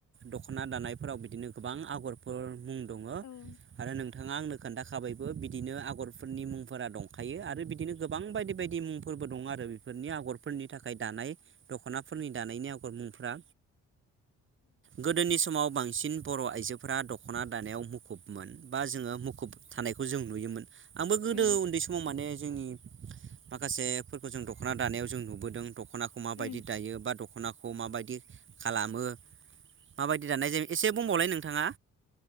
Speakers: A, on the right; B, on the left.
A: दख'ना दानायफोराव बिदिनो गोबां आगरफोर मुं दङो
B: उम
A: आरो नों थाङा आंनो खोनथाखाबायबो बिदिनो आगरफोरनि मुंफोरा दंखायो आरो बिदिनो गोबां बायदि बायदि मुंफोर फोरबो दं आरो बेफोरनि आगरफोरनि था खाय दानाय दख'नाफोरनि दानायनि आगर मुंफोरा। गोदोनि समाव बांसिन बर' आइजोफोरा दख'ना दानायाव मुखुबमोन बा जोङो मुखुब थानायखौ जों नुयोमोन। आंबो
B: उम
A: गोदो उन्दै समाव माने जोंनि माखासेफोरखौ जों दख'ना दानायाव जों नुबोदों दख'नाखौ माबायदि
B: उम
A: दायो बा दख'नाखौ माबायदि खालामो माबायदि दानाय जायो एसे बुंबावलाय नोंथाङा